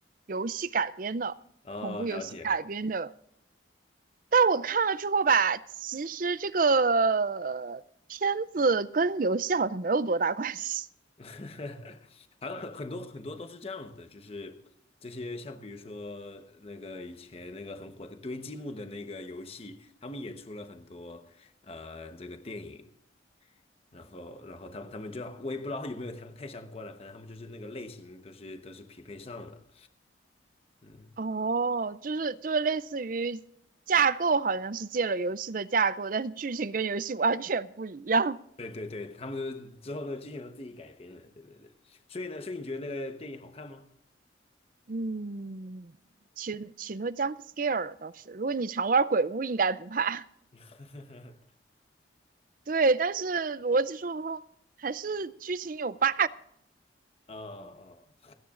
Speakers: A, on the right; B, on the left.
A: 游戏改编的，
B: 哦，
A: 恐怖游戏改编的。
B: 了解。
A: 但我看了之后吧，其实这个片子跟游戏好像没有多大关系。
B: <laughs> 好像很很多很多都是这样子的，就是这些像比如说那个以前那个很火的堆积木的那个游戏，他们也出了很多呃这个电影，然后然后他们他们就我也不知道有没有太太相关了，反正他们就是那个类型都是都是匹配上了，嗯。
A: 哦，就是就是类似于架构，好像是借了游戏的架构，但是剧情跟游戏完全不一样。
B: 对对对，他们都之后那个剧情都自己改编了，对对对。所以呢，所以你觉得那个电影好看吗？
A: <laughs> 嗯，挺挺多 jump scare 的倒是，如果你常玩鬼屋，应该不怕。
B: <laughs>
A: <laughs> 对，但是逻辑说不通，还是剧情有 bug，
B: 啊啊，